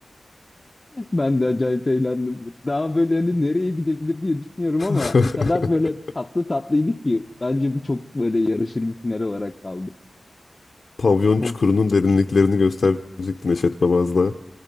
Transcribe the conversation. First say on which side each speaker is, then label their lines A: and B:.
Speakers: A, on the left; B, on the left.
A: ben de acayip eğlendim. Daha böyle hani nereye gidebilir diye düşünüyorum
B: <laughs>
A: ama o kadar böyle tatlı tatlıydı ki bence bu çok böyle yarışır bir final olarak kaldı.
B: Pavyon
A: Of.
B: çukurunun derinliklerini gösterecektin Neşet Babaz'la.